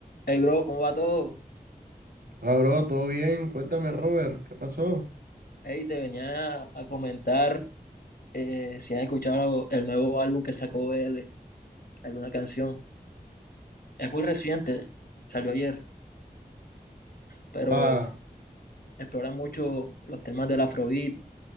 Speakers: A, on the left; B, on the right.
A: Hey, bro, ¿cómo va todo?
B: Hola, bro, ¿todo bien? Cuéntame, Robert, ¿qué pasó?
A: Hey, te venía a comentar eh, si has escuchado el nuevo álbum que sacó él, alguna canción. Es muy reciente, salió ayer, pero
B: Ah,
A: explora mucho los temas del Afrobeat